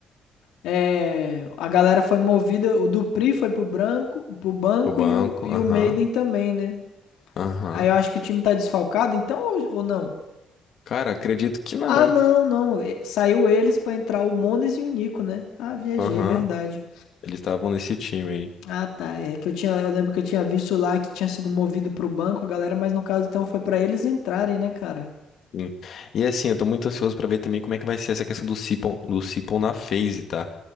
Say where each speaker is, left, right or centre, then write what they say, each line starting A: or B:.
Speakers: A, on the left; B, on the left.
A: É, a galera foi movida, o Dupri foi pro branco, pro banco
B: O banco,
A: e o, e
B: aham,
A: o Maiden também, né?
B: aham.
A: Aí eu acho que o time tá desfalcado, então, ou, ou não?
B: Cara, acredito que não.
A: Ah, não, não, e- saiu eles pra entrar o Mones e o Nico, né? Ah, viajei,
B: Aham.
A: verdade.
B: Eles estavam nesse time aí.
A: Ah, tá, é que eu tinha, eu lembro que eu tinha visto lá que tinha sido movido pro banco a galera, mas no caso então foi pra eles entrarem, né, cara?
B: Sim. E assim, eu tô muito ansioso pra ver também como é que vai ser essa questão do Sipon, do Sipon na phase, tá?